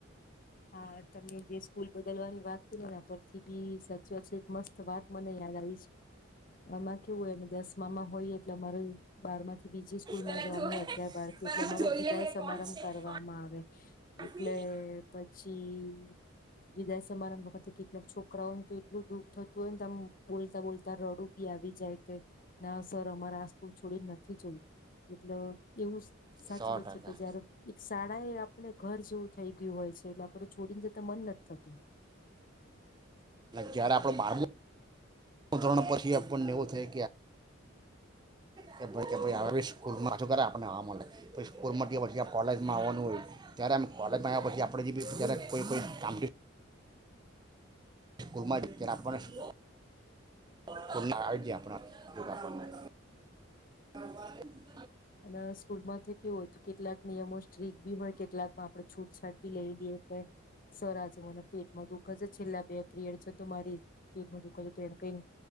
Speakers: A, on the left (about 40°); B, on the right (about 20°).
A: હા તમને જે સ્કૂલ બદલવાની વાત પરથી બી સાચી વાત છે એક મસ્ત વાત મને યાદ આવી છે એમાં કેવું હોય દસમામાં હોય એટલે અમારે બારમા થી બીજી સ્કૂલ
B: પેલા
A: માં જવાનું
B: જોવે
A: હોય અગિયાર બાર થી
B: બરાબર
A: એટલે અરો
B: જોઈ
A: વિદાય
B: લે હે
A: સમારંભ
B: કોણ છે
A: કરવામાં
B: કોણ
A: આવે એટલે
B: નહીં
A: પછી વિદાય સમારા વખત કેટલાક છોકરાઓને તો એટલું દુઃખ થતું હોય ને તો આમ બોલતા બોલતા રડું બી આવી જાય કે ના સર અમારે આ સ્કૂલ છોડી નથી જોયું એટલ એવું સાચી
B: સો
A: બત
B: ટકા
A: છે કે જયારે એક શાળ આપણે ઘર જેવું થઇ ગયું હોય છે. લા પર છોડીને જતા મન નથી થતું
B: જયારે આપડ બાર ધોરણ પછી આપણને એવું થાય કે કેી સ્કૂલમાં છું ખ આપણે આવા મળે પછી સ્કૂલમાંયા પછી કોલેજમાં આવવાનું હોય ત્યારે આમ કોલેજમાં આવ્યા પછી આપણે જે બી જ્યારે કોઈ કામ સ્કૂલમાં ટીચર આપવાના શું ના આપણાગને હ
A: અને સ્કૂલ માંથી કેવું હોય તો કેટલાક નિયમો સ્ટ્રીક ભી હોય કેટલાકમાં આપડે છૂટછાટ ભી લઈ લઈએ કે સર આજે મને પેટમાં દુખા છે છેલ્લા બે પીરિયડ છે તો મારી પેટમાં દુખ તો એમ કઈ